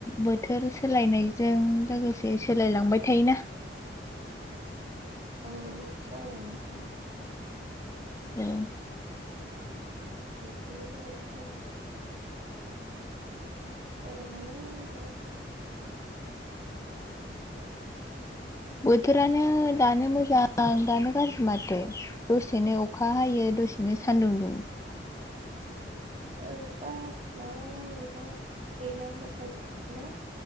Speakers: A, on the left (about 15°); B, on the right (about 40°).
A: बोथोर सोलायनायजों लोगोसे सोलायलांबाय थायोना ।
B: औ थ आरो नोंथां ।
A: <unintelligible>
B: <unintelligible> गरमानो <unintelligible>
A: बोथोरानो
B: बिराद
A: दानो मोजां दानो गाज्रि माथो दसेनो अखा हायो दसेनो सानदुं दुङो ।
B: औ दा माबाना नोंथां दैज्लां बोथोर ना ।